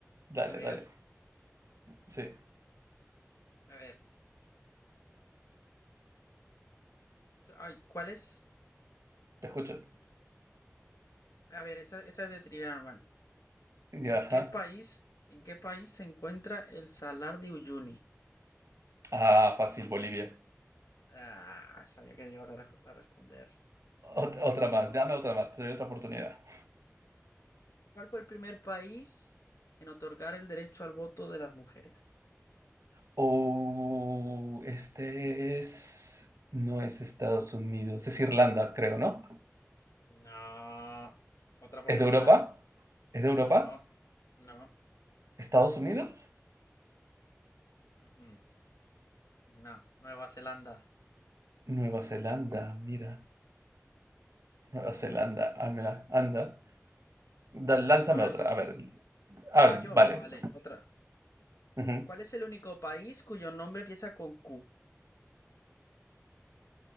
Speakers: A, on the right; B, on the left.
A: Dale,
B: A ver,
A: dale. Sí,
B: a ver. Ay, ¿cuál es?
A: te escucho.
B: A ver, esta, esta es de trivia normal.
A: Ya,
B: ¿En
A: ajá.
B: qué país, en qué país se encuentra el Salar de Uyuni?
A: Ah, fácil, Bolivia.
B: Ah, sabía que ibas a, re- a responder.
A: Ot- otra más,
B: Voy a
A: dame
B: buscar.
A: otra más, te doy otra oportunidad.
B: ¿Cuál fue el primer país en otorgar el derecho al voto de las mujeres?
A: Oh, este es no es Estados Unidos, es Irlanda, creo, ¿no?
B: No, otra oportunidad.
A: ¿Es de Europa? ¿Es de Europa?
B: No, no,
A: ¿Estados Unidos?
B: mm, mm, no, Nueva Zelanda.
A: Nueva Zelanda, mira. Nueva
B: Ujú.
A: Zelanda, ah, mira, anda. Da-
B: A ver,
A: lánzame
B: ahora
A: otra,
B: tú.
A: a ver. Ah,
B: Ah, yo,
A: vale.
B: vale, otra.
A: Ujú.
B: ¿Cuál es el único país cuyo nombre empieza con Q?